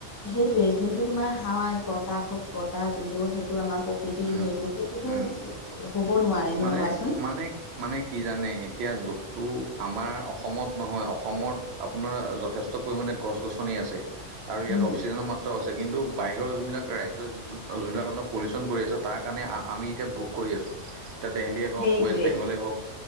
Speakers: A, on the left; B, on the right.
A: সেইটোৱেই যোনটো তোমাৰ হাওয়া বতাহ হওক বতাহ যোনটো সেইটো আমাৰ প্ৰকৃতিৰ
B: উম
A: সেইটো সেইটোতো
B: উম
A: হ'ব নোৱাৰে ন
B: মানে
A: ৰোৱাচোন
B: মানে মানে কি জানে এতিয়া দোষটো আমাৰ অসমত নহয় অসমত আপোনাৰ যথেষ্ট পৰিমাণে গছ গছনি আছে আৰু ইয়াত
A: উম
B: অক্সিজেনৰ মাত্ৰ আছে কিন্তু বাহিৰৰ যোনবিলাক ৰাজ্যৰ যোনবিলাক আপোনাৰ পলিউচন কৰি আছে তাৰ কাৰণে আমি এতিয়া ভোগ কৰি আছোঁ এতিয়া দিল্লীয়ে হওক
A: সেইটোৱে
B: ৱেষ্ট বেংগলেই হওক